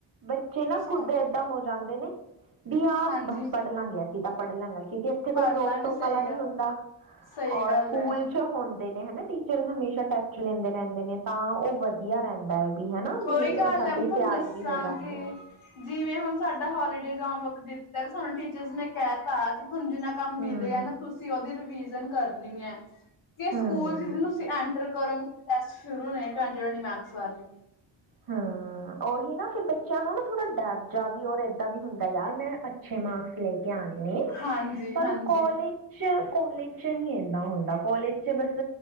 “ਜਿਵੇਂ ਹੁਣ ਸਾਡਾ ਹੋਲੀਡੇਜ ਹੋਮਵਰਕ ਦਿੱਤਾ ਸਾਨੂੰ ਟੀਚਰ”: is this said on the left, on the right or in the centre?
Left